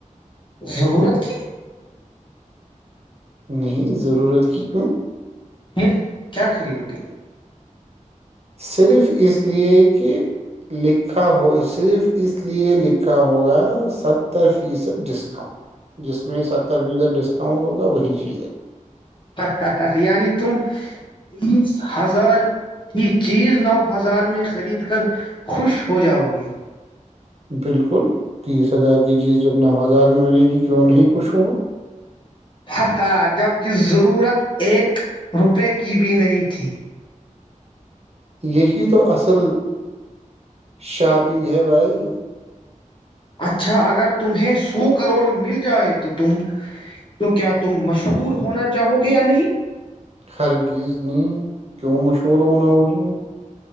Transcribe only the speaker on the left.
ضرورت کی
پھر کیا خریدو گے؟
ہا ہا یعنی تم تیس ہزار یہ چیز نو ہزار میں خرید کر خوش ہو جاؤ گے
ہاں ہاں جبک ضرورت ایک روپے کی بھی نہیں تھی
اچھا اگر تمہیں سو کروڑ مل جائے تو تم تو کیا تم مشہور ہونا چاہو گے یا نہیں